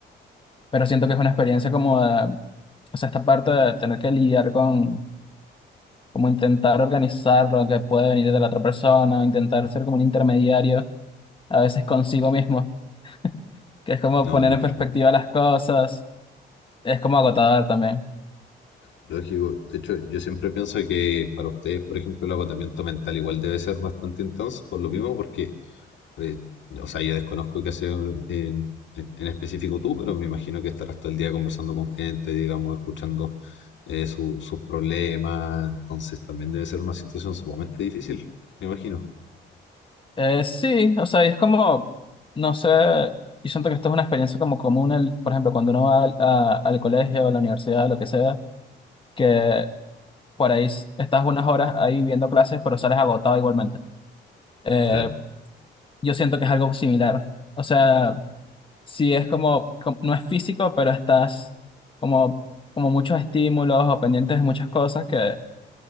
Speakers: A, on the left; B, on the left.
A: pero siento que es una experiencia como de o sea, esta parte de tener que lidiar con, como intentar organizar lo que puede venir de la otra persona, o intentar ser como un intermediario a veces consigo mismo, que es como
B: No,
A: poner
B: lógico.
A: en perspectiva las cosas, es como agotador también.
B: Lógico, de hecho yo siempre pienso que para ustedes, por ejemplo, el agotamiento mental igual debe ser bastante intenso, por lo mismo, porque Eh, o sea, yo desconozco qué hacer eh, en, en específico tú, pero me imagino que estarás todo el día conversando con gente, digamos, escuchando eh, su- sus problemas, entonces también debe ser una situación sumamente difícil, me imagino.
A: Eh, sí, o sea, y es como, no sé, yo siento que esto es una experiencia como común, al- por ejemplo, cuando uno va al, a- al colegio, a la universidad, lo que sea, que por ahí s- estás unas horas ahí viendo clases, pero sales agotado igualmente. Eh,
B: Claro,
A: yo siento que es algo similar. O sea, sí es como, com- no es físico, pero estás como, como muchos estímulos o pendientes de muchas cosas que